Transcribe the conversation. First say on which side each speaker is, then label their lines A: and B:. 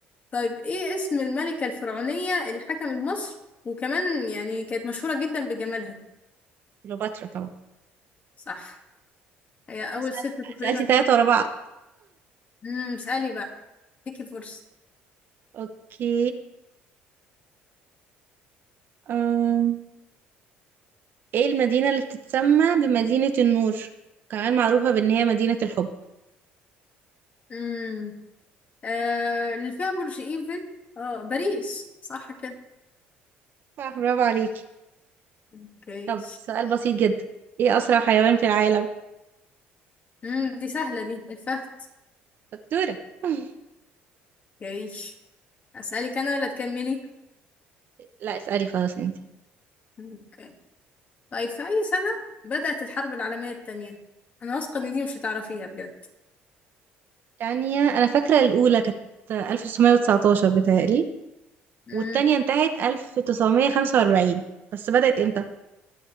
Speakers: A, on the left; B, on the right.
A: طيب إيه اسم الملكة الفرعونية اللي حكمت مصر وكمان يعني كانت مشهورة جدا بجمالها؟
B: كليوباترا طبعا
A: صح هي أول
B: أسأل-
A: ست تقريبا
B: سألتي
A: تنحت
B: تلاتة ورا بعض
A: امم اسألي بقى اديكي فرصة
B: اوكي أم. ايه المدينة اللي بتتسمى بمدينة النور كمان معروفة بان هي مدينة الحب
A: امم آه اللي فيها برج ايفل اه باريس صح كده
B: صح برافو عليكي
A: اوكي
B: طب سؤال بسيط جدا ايه اسرع حيوان في العالم
A: امم دي سهلة دي الفهد
B: شطورة <laughs>
A: اوكي اسألك انا ولا تكملي
B: لا اسألي خلاص انت
A: اوكي طيب في اي سنة بدأت الحرب العالمية التانية انا واثقة ان دي مش هتعرفيها بجد
B: تانية انا فاكرة الاولى كانت 1919 بتهيألي
A: امم
B: والتانية انتهت 1945 بس بدأت امتى؟